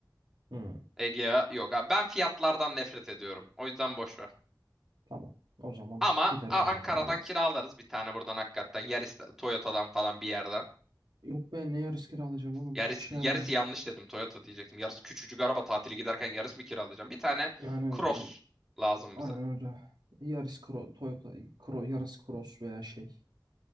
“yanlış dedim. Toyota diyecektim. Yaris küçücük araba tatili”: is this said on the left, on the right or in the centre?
Centre